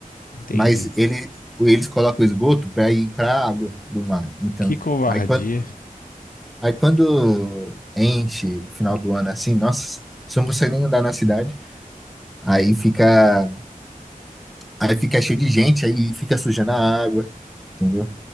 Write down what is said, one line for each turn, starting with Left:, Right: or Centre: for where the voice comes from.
Left: Entendi.
Centre: Mas ele, eles colocam o esgoto para ir para a água do mar. Então,
Left: Que covardia.
Centre: aí quando, aí quando enche final do ano assim, nossa, você não consegue nem andar na cidade. Aí fica Aí fica cheio de gente, aí fica sujando a água, entendeu?